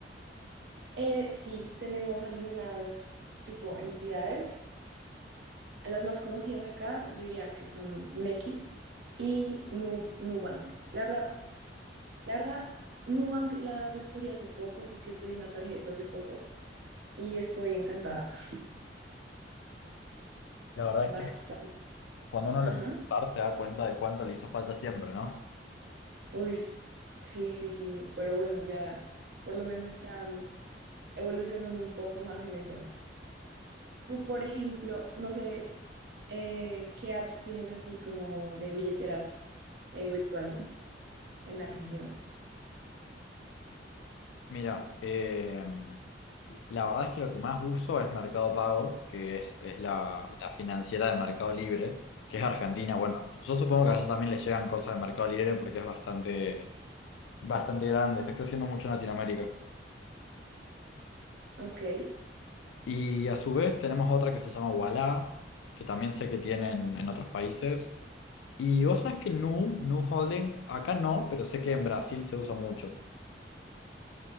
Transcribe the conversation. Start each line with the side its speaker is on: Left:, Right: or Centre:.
Right: eh, sí, tenemos algunas tipo entidades. A Las más conocidas acá, yo diría que son Nequi y Nu- Nubank. La verdad, la verdad, Nubank la descubrí hace poco porque pedí una tarjeta hace poco y estoy encantada. <laughs>
Left: La verdad
Right: Basta.
Left: es que cuando uno la
Right: Ajá.
Left: empieza a usar se da cuenta de cuánto le hizo falta siempre, ¿no?
Right: Uy, sí, sí, sí. Pero bueno, ya por lo menos están evolucionando un poco más en eso. Tú, por ejemplo, no sé. Eh, ¿qué apps tienes así como de billeteras eh, virtuales en Argentina?
Left: Mira, eh, la verdad es que lo que más uso es Mercado Pago, que es, es la, la financiera de Mercado Libre, que es argentina. Bueno, yo supongo que a eso también le llegan cosas de Mercado Libre porque es bastante, bastante grande, está creciendo mucho en Latinoamérica.
Right: Ok.
Left: Y a su vez tenemos otra que se llama Ualá, que también sé que tienen en otros países. Y vos sabés que Nu, Nu Holdings, acá no, pero sé que en Brasil se usa mucho.